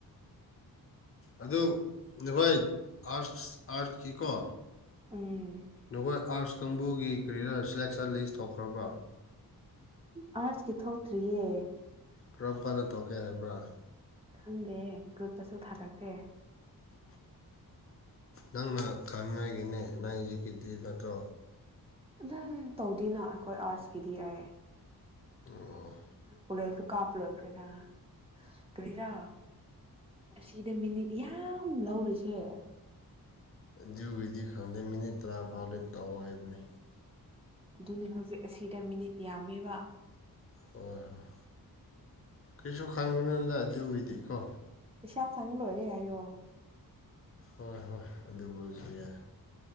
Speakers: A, on the left (about 35°); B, on the right (about 15°).
A: ꯑꯗꯨ ꯅꯈꯣꯏ ꯑꯥꯔꯠꯁ ꯑꯥꯔꯠꯀꯤꯀꯣ
B: ꯎꯝ
A: ꯅꯈꯣꯏ ꯑꯥꯔꯁ ꯀꯥꯡꯕꯨꯒꯤ ꯀꯔꯤꯔꯥ ꯁꯤꯂꯦꯛꯁꯟ ꯂꯤꯁ ꯇꯧꯈ꯭ꯔꯕ꯭ꯔꯥ
B: ꯑꯥꯔꯠꯁ ꯀꯤ ꯊꯣꯛꯇ꯭ꯔꯤꯌꯦ
A: ꯀꯔꯝ ꯀꯥꯟꯗ ꯊꯣꯛꯀꯦ ꯍꯥꯏꯕ꯭ꯔꯥ
B: ꯈꯪꯗꯦ ꯒ꯭ꯔꯨꯞꯇꯁꯨ ꯊꯥꯒꯠꯇꯦ
A: ꯅꯪꯅ ꯈꯪꯅꯤꯡꯉꯥꯏꯒꯤꯅꯦ ꯅꯪ ꯍꯧꯖꯤꯛꯀꯤꯗꯤ ꯅꯠꯇ꯭ꯔꯣ
B: <unintelligible> ꯇꯧꯗꯦꯅ ꯑꯩꯈꯣꯏ ꯑꯥꯔꯠꯁꯀꯤꯗꯤ ꯑꯩ
A: ꯑꯣ
B: ꯀꯣꯂꯦꯁ ꯁꯨ ꯀꯥꯞ ꯂꯣꯏꯈ꯭ꯔꯦꯅ ꯀꯔꯤꯔꯥ ꯑꯁꯤꯗ ꯃꯤꯅꯤꯠ ꯌꯥꯝ ꯂꯧꯔꯤꯁꯦ
A: ꯑꯗꯨꯒꯤꯗꯤ ꯈꯪꯗꯦ ꯃꯤꯅꯤꯠ ꯇꯔꯥ ꯐꯥꯎꯗꯤ ꯇꯧꯑꯣ ꯍꯥꯏꯕꯅꯤ
B: ꯑꯗꯨꯅꯦ ꯍꯧꯖꯤꯛ ꯑꯁꯤꯗ ꯃꯤꯅꯤꯠ ꯌꯥꯝꯃꯦꯕ
A: ꯍꯣꯏ ꯍꯣꯏ ꯀꯩꯁꯨ ꯈꯟꯒꯅꯣꯗ ꯑꯗꯨꯒꯤꯗꯤ ꯀꯣ
B: ꯄꯩꯁꯥ ꯆꯪꯅꯨꯡ ꯂꯣꯏꯔꯦ ꯍꯥꯏꯌꯣ
A: ꯍꯣꯏ ꯍꯣꯏ ꯑꯗꯨꯕꯨꯁꯨ ꯌꯥꯏ